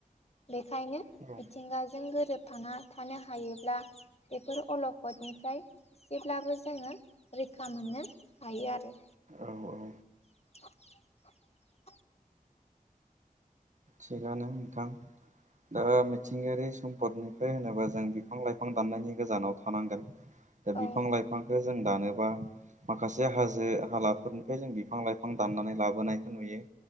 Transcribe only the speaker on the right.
औ
औ औ
थिगानो नोंथां दा मिथिंगायारि सम्पदनिफ्राय होनोबा जों बिफां लाइफां दाननायनि गोजानाव थानांगोन दा
बिफां लाइफांखौ जों दानोबा माखासे हाजो हालाफोरनिफ्राय जों बिफां लाइफां दाननानै लाबोनायखौ नुयो